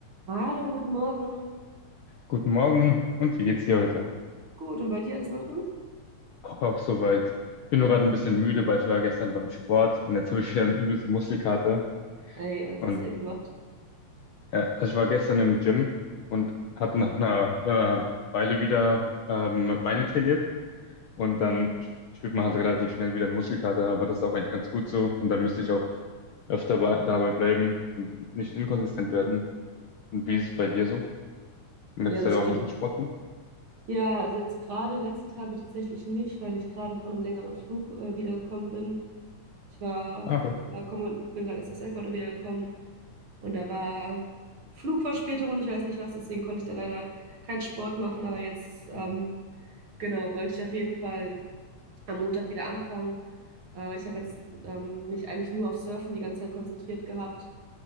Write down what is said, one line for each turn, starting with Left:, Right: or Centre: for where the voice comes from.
Right: Hallo, guten Morgen.
Left: Guten Morgen und wie geht's dir heute?
Right: Gut, und bei dir alles in Ordnung?
Left: Auch, auch soweit. Bin nur gerade ein bisschen müde, weil ich war gestern beim Sport und jetzt habe ich wieder einen übelsten Muskelkater.
Right: Hey, was
Left: Und
Right: hast du denn gemacht?
Left: äh, also ich war gestern im Gym und habe nach einer, einer Weile wieder ähm, Beine trainiert und dann sp- spürt man halt relativ schnell wieder einen Muskelkater, aber das ist auch eigentlich ganz gut so und da müsste ich auch öfter bei, dabei bleiben und nicht inkonsistent werden. Und wie ist es bei dir so? In letzter
Right: Ja, das
Left: Zeit auch
Right: stimmt.
Left: ein bisschen Sport gemacht?
Right: Ja, also jetzt gerade die letzten Tage tatsächlich nicht, weil ich gerade von einem längeren Flug äh, wiedergekommen bin. Ich war,
Left: Ah,
Right: war komm, bin gerade erst aus Ecuador wiedergekommen und da war Flugverspätung und ich weiß nicht was, deswegen konnte ich da leider keinen Sport machen, aber jetzt, ähm, genau, wollte ich auf jeden Fall am Montag wieder anfangen. Aber ich habe jetzt ähm, mich eigentlich nur auf Surfen die ganze Zeit konzentriert gehabt